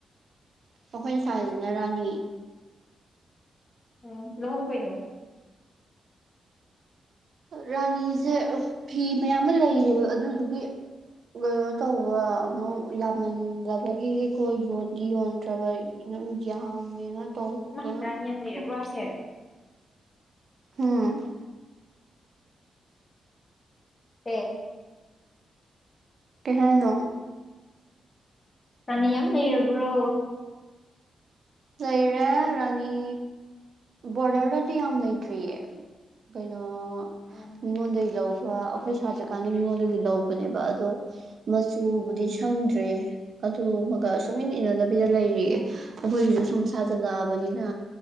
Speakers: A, on the right (about 60°); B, on the left (about 35°).
A: ꯑꯥꯈꯣꯏ ꯁꯥꯏꯖꯤꯅ ꯔꯥꯅꯤ
B: ꯎꯝ ꯂꯍꯧ ꯀꯩꯅꯦ
A: ꯔꯥꯅꯤꯁꯦ ꯐꯤ ꯃꯌꯥꯝꯃꯥ ꯂꯩꯌꯦꯕ ꯑꯗꯨꯗꯨꯒꯤ ꯀꯩꯅꯣ ꯇꯧꯕ ꯑꯃꯨꯛ ꯌꯥꯝꯃꯟꯂꯕꯒꯤ ꯈꯣꯏ ꯌꯣꯟꯗꯤ ꯌꯣꯟꯗ꯭ꯔꯕ ꯑꯩ ꯃꯤꯅꯥ ꯃꯨꯛ ꯌꯝꯃꯦꯅ ꯇꯧꯗꯅ
B: ꯃꯥ ꯔꯥꯅꯤ ꯌꯥꯝ ꯂꯩꯔꯕ꯭ꯔꯣ
A: ꯈꯪꯗꯦ
B: ꯍꯥꯏꯁꯦ
A: ꯎꯝ
B: ꯄꯦ
A: ꯀꯩ ꯍꯥꯏꯅꯣ
B: ꯔꯥꯅꯤ ꯌꯥꯝ ꯂꯩꯔꯕ꯭ꯔꯣ
A: ꯂꯩꯔꯦ ꯔꯥꯅꯤ ꯕꯣꯂꯦꯔꯣꯗꯤ ꯌꯥꯝ ꯂꯩꯇ꯭ꯔꯤꯌꯦ ꯀꯩꯅꯣ
B: ꯎꯝ
A: ꯃꯤꯉꯣꯟꯗꯒꯤ ꯂꯧꯕ ꯑꯩꯈꯣꯏ ꯁꯥꯇ꯭ꯔꯀꯥꯟꯗ ꯃꯤꯉꯣꯟꯗꯒꯤ ꯂꯧꯕꯅꯦꯕ ꯑꯗꯣ <unintelligible> ꯃꯆꯨꯕꯨꯗꯤ ꯁꯪꯗ꯭ꯔꯤꯌꯦ ꯑꯗꯨ ꯃꯒ ꯁꯨꯛꯏꯟ ꯏꯟꯅꯗꯕꯤꯗ ꯂꯩꯔꯤꯌꯦ ꯑꯗꯨꯑꯣꯏꯖꯨ ꯁꯨꯝ ꯁꯥꯖꯜꯂꯛꯑꯕꯅꯤꯅ